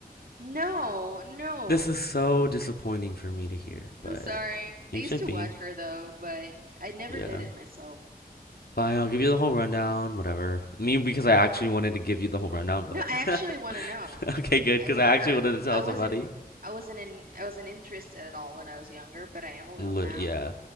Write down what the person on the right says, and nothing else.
No, no.
I'm sorry.
I used
to
watch her though, but I never
did it myself.
Okay.
No, I actually
want to know.
I
never,
I wasn't,
I wasn't in, I wasn't interested at all when I was younger, but I am a little
now.